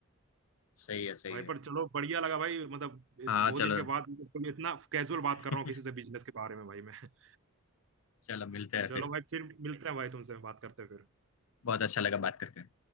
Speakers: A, on the left (about 75°); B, on the right (about 60°).
A: सही है सही
B: भाई
A: है
B: पर चलो बढ़िया लगा भाई मतलब इत-
A: हाँ
B: बहुत
A: चलो
B: दिन के बाद मतलब कोई इतना कैजुअल बात कर
A: <laughs>
B: रहा हूँ किसी से बिजनेस के बारे में भाई मैं <laughs>
A: चलो मिलते हैं
B: चलो
A: फिर
B: भाई फिर मिलते हैं भाई तुमसे बात करते हैं फिर
A: बहुत अच्छा लगा बात करके